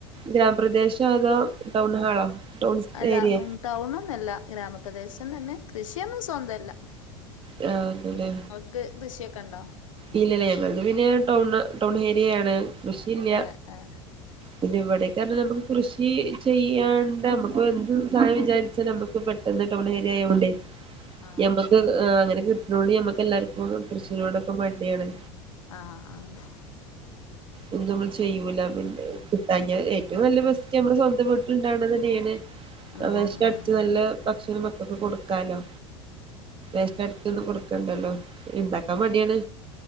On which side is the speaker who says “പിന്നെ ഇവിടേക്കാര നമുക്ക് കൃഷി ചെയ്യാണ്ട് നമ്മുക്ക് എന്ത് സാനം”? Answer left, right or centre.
Right